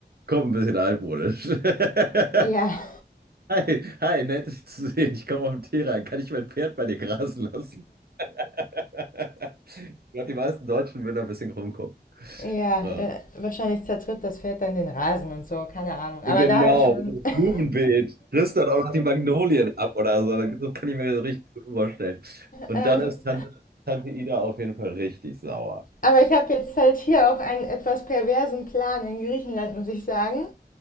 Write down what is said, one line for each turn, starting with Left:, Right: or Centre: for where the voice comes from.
Right: kommt ein bisschen altmodisch. <laughs>
Left: Ja,
Right: Hi, hi, nett dich zu sehen. Ich komme auf den Tee rein. Kann ich mein Pferd bei dir grasen lassen? <laughs> Ich glaube, die meisten Deutschen würden da ein bisschen rumgucken.
Left: Ja,
Right: Äh,
Left: äh, wahrscheinlich zertritt das Pferd dann den Rasen und so, keine Ahnung. Aber
Right: ja, Genau,
Left: da habe ich schon.
Right: das
Left: <laughs>
Right: Blumenbeet. Frisst dann auch noch die Magnolien ab oder so. Das kann ich mir so richtig gut vorstellen. Und
Left: Ähm,
Right: dann ist Tante, Tante Ida auf jeden Fall richtig sauer.
Left: aber ich habe jetzt halt hier auch einen etwas perversen Plan in Griechenland, muss ich sagen.